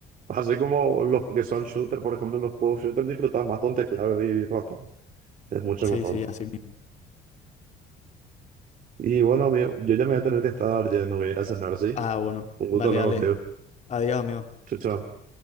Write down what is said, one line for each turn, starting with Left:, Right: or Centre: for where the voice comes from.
Right: Así como los que son shooter, por ejemplo, los juegos shooter disfrutas más con teclado y ratón. Es mucho
Left: Sí,
Right: mejor.
Left: sí, así mismo.
Right: Y bueno, amigo, yo ya me voy a tener que estar yendo, voy a ir a cenar, ¿sí?
Left: Ah, bueno,
Right: Un gusto
Left: dale,
Right: hablar
Left: dale.
Right: contigo.
Left: Adiós, amigo.
Right: Chao, chao.